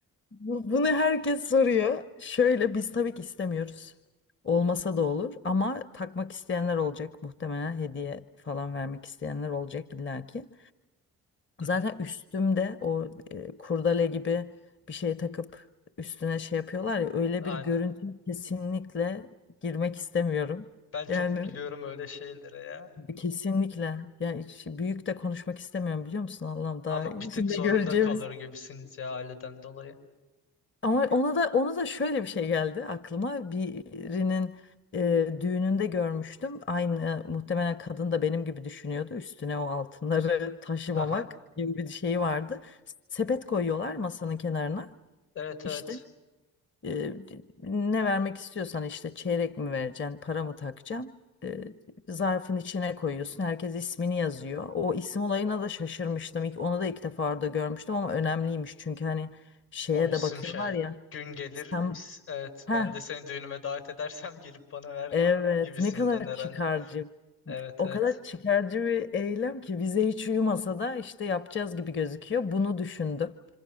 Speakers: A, on the left; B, on the left.
A: Bu- Bunu herkes soruyor. Şöyle biz tabii ki istemiyoruz. Olmasa da olur ama takmak isteyenler olacak. Muhtemelen hediye falan vermek isteyenler olacak illaki.
B: Hı
A: Zaten
B: hı,
A: üstümde o e, kurdele gibi bir şey takıp üstüne şey yapıyorlar ya öyle
B: Aynen.
A: bir görüntü kesinlikle girmek istemiyorum.
B: Ben çok
A: Yani
B: gülüyorum öyle şeylere ya.
A: kesinlikle yani hiç büyük de konuşmak istemiyorum biliyor musun Allah'ım daha
B: Ama bir tık
A: şimdi
B: zorunda
A: göreceğimiz
B: kalır gibisiniz ya aileden dolayı.
A: Ama ona da ona da şöyle bir şey geldi aklıma. Birinin e, düğününde görmüştüm. Aynı muhtemelen kadın da benim gibi düşünüyordu. Üstüne o altınları taşımamak
B: Aha.
A: gibi bir şeyi vardı. Sepet koyuyorlar masanın kenarına.
B: Evet
A: İşte
B: evet.
A: e, ne vermek istiyorsan işte çeyrek mi vereceksin, para mı takacaksın? E, zarfın içine koyuyorsun. Herkes ismini yazıyor. O isim olayına da şaşırmıştım. İlk- Onu da ilk defa orada görmüştüm ama önemliymiş. Çünkü hani şeye
B: O isim
A: de bakıyorlar
B: şey
A: ya.
B: gün gelir
A: Sen
B: evet
A: ha
B: ben de seni düğünüme davet edersem <laughs> gelip bana ver
A: evet
B: gibisinden
A: ne kadar
B: herhalde.
A: çıkarcı.
B: Evet
A: O
B: evet.
A: kadar çıkarcı bir eylem ki bize hiç uyumasa da işte yapacağız gibi gözüküyor. Bunu düşündüm.